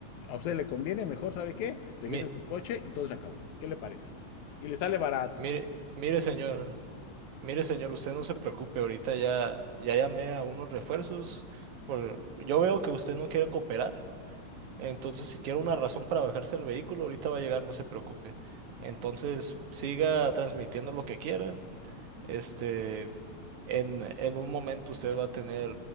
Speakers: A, on the left; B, on the right.
A: a usted le conviene, mejor, ¿sabe qué? Regrese
B: Mi-
A: a su coche y todo se acabó. ¿Qué le parece? Y le sale barato.
B: mire, mire señor, mire señor, usted no se preocupe, ahorita ya, ya llamé a unos refuerzos, por, yo veo que usted no quiere cooperar. Entonces, si quiere una razón para bajarse el vehículo, ahorita va a llegar, no se preocupe. Entonces, siga transmitiendo lo que quiera. Este, en, en un momento usted va a tener